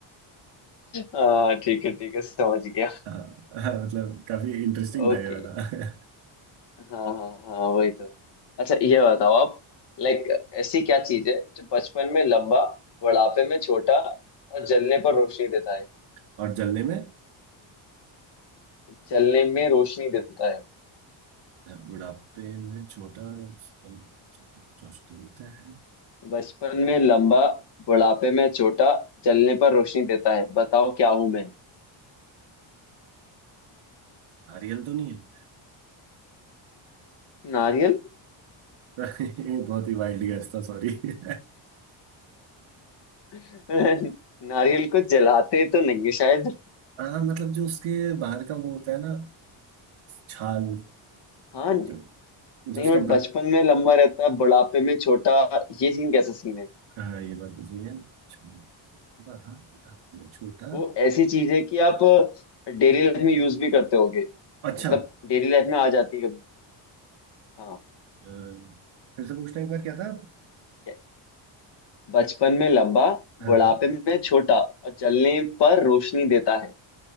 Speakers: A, on the left; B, on the right.
A: हाँ ठीक है ठीक है समझ गया
B: हाँ हाँ, मतलब काफी इंटरेस्टिंग
A: ओके
B: था ये वाला
A: हाँ हाँ हाँ वही तो अच्छा ये बताओ आप लाइक ऐसी क्या चीज है जो बचपन में लंबा बुढ़ापे में छोटा और जलने पर रोशनी देता है
B: <laughs> और जलने में
A: जलने में रोशनी देता है
B: बुढ़ापे में छोटा सम- सम- चौष्टी होता है
A: बचपन में लंबा बुढ़ापे में छोटा जलने पर रोशनी देता है बताओ क्या हूं मैं
B: नारियल तो नहीं है
A: नारियल
B: <laughs> ये बहुत ही वाइल्ड गेस था सॉरी <laughs>
A: <laughs> नारियल को जलाते तो नहीं है शायद
B: हाँ मतलब जो उसके बाहर का वो होता है ना छाल
A: हाँ
B: जो जो
A: नहीं
B: उसका
A: बट
B: ब्र...
A: बचपन में लंबा रहता है बुढ़ापे में छोटा ये सीन कैसा सीन है
B: हाँ ये बात तो सही है छो- बड़ा बड़ा- छोटा
A: वो ऐसी चीज है कि आप डेली लाइफ में यूज भी करते होगे
B: अच्छा
A: मतलब डेली लाइफ में आ जाती है कभी हाँ
B: अ, फिर से पूछना एक बार क्या था
A: ये- बचपन में लंबा
B: हाँ
A: बुढ़ापे
B: हाँ,
A: में छोटा और जलने पर रोशनी देता है